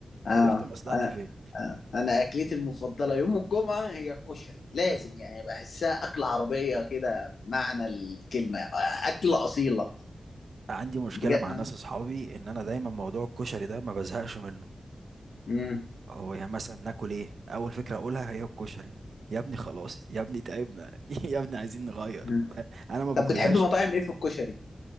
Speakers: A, on the left; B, on the right.
A: آه.
B: عرفت مصلحتي
A: آه.
B: فين
A: آه. انا اكلتي المفضله يوم الجمعه هي الكشري لازم يعني بحسها اكله عربيه كده بمعنى الكلمه آه، اكله اصيله
B: عندي مشكله
A: بجد
B: مع
A: آه.
B: ناس اصحابي ان انا دايما موضوع الكشري ده ما بزهقش منه
A: مم.
B: هو يعني مثلا ناكل ايه اول فكره اقولها هي الكشري يا ابني خلاص يا ابني تعبنا <laughs> يا ابني عايزين نغير
A: مم.
B: انا ما باكلهاش
A: طب بتحب مطاعم ايه في الكشري